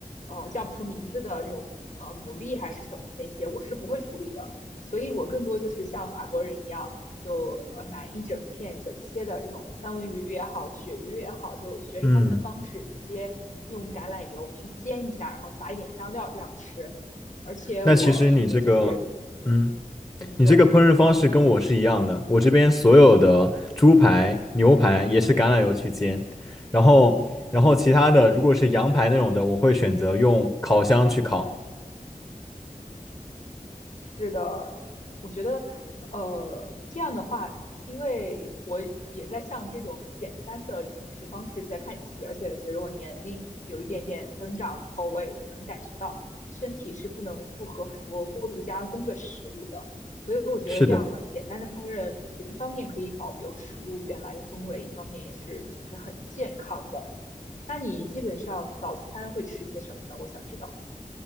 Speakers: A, on the left; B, on the left.
A: 呃叫不出名字的这种呃牡蛎还是什么的那些，我是不会处理的。所以我更多就是像法国人一样，就呃买一整片整切的这种三文鱼也好，鳕鱼也好，就学着他们的方式，
B: 嗯，
A: 直接用橄榄油去煎一下，然后撒一点香料这样吃。而且我可能就是
B: 那其实你这个，嗯。
A: 嗯对
B: 你这个烹饪方式跟我是一样的，我这边所有的猪排、牛排也是橄榄油去煎，然后，
A: 嗯。
B: 然后其他的如果是羊排那种的，我会选择用烤箱去烤。
A: 是的，我觉得，呃，这样的话，因为我也在向这种简单的饮食方式在看齐，而且随着我年龄有一点点增长以后，我也能感觉到身体是不能负荷很多过度加工的食物的，所以我觉得这样的简单的烹饪，
B: 是的，
A: 就是一方面可以保留食物原来的风味，一方面也是其实很健康的。那你基本上早餐会吃些什么呢？我想知道。